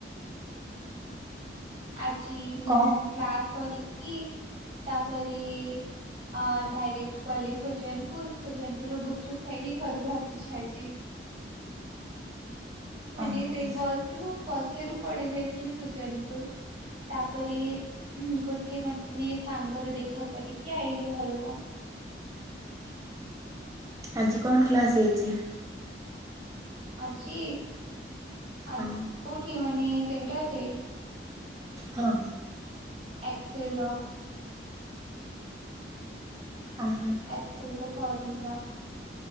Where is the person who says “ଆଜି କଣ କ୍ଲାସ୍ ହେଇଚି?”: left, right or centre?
Right